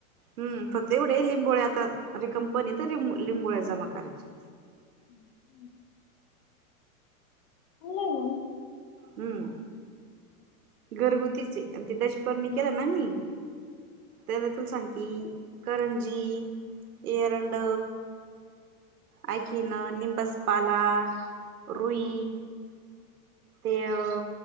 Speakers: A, on the right; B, on the left.
A: हम् फक्त एवढ्या लिंबोळे आता रिकमपनी तरं लिंबोळ्या जमा करायच्या
B: हम् हम् बला म
A: हम्म घरगुतीचे आणि ते देशपर्णी केला ना म त्याला तुला सांगती करंजी येरंड ऐकिन लिंबसपाला रुई ते अ